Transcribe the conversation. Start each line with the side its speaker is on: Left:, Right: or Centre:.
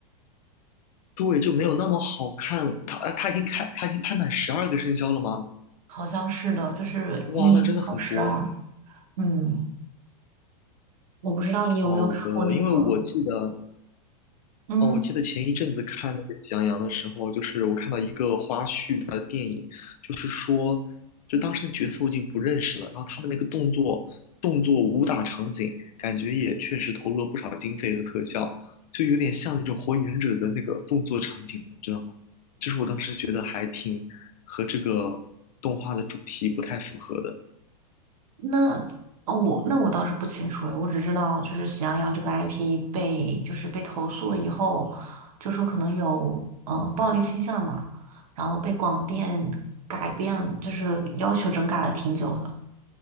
Left: 对，就没有那么好看了。他呃他已经开他已经拍满十二个生肖了吗？
Right: 好像是的，就是一到十二。
Left: 哇，那真的很多。
Right: 嗯，我不知道你有没有看过那个，
Left: 好的，因为我记得
Right: 嗯。
Left: 哦，我记得前一阵子看那个《喜羊羊》的时候，就是我看到一个花絮，它的电影就是说，就当时的角色我已经不认识了，然后他们那个动作、动作武打场景，感觉也确实投入了不少经费和特效，就有点像那种《火影忍者》的那个动作场景，你知道吗？就是我当时觉得还挺和这个动画的主题不太符合的。
Right: 那哦我那我倒是不清楚诶，我只知道就是喜羊羊这个 IP 被就是被投诉了以后，就说可能有嗯、呃暴力倾向嘛，然后被广电改变，就是要求整改了挺久的，